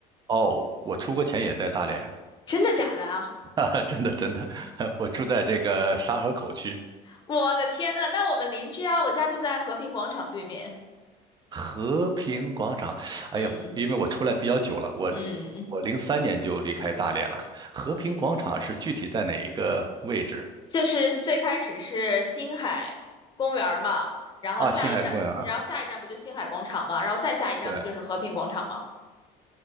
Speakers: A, on the right; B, on the left.
A: 哦，我出国前也在大连。
B: 真的假的啊？
A: <laughs> 啊，真的真的，<laughs> 我住在这个沙河口区
B: 我的天呐，那我们邻居啊，我家就在和平广场对面。
A: 和平广场。
B: 嗯
A: 哎呦，因为我出来比较久了，我两我零三年就离开大连了。
B: 嗯
A: 和平广场是具体在哪一个位置？
B: 嗯。就是最开始是星海公园儿嘛，然后下一站，
A: 啊，星海公园儿
B: 然后下一站不就星海广场嘛，然后再下一站不就是和平广场嘛？
A: 对，